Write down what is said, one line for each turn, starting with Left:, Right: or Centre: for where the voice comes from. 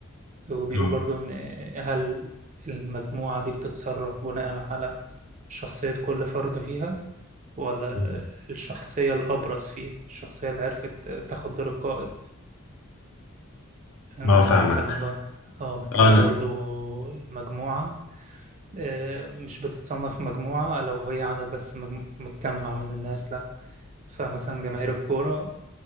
Right: وبيقول
Left: اه
Right: برضو ان هل المجموعة دي بتتصرف بناء على شخصية كل فرد فيها ولا ال-
Left: أمم.
Right: الشخصية الأبرز فيها الشخصية اللي عرفت تاخد دور القائد أم،
Left: آه، فاهمك
Right: بيتكلم بقى اه بيتكلم
Left: اه انا
Right: برضو المجموعة آه، مش بتتصنف مجموعة لو هي عدد بس مجم- متجمع من الناس لا فمثلا جماهير الكورة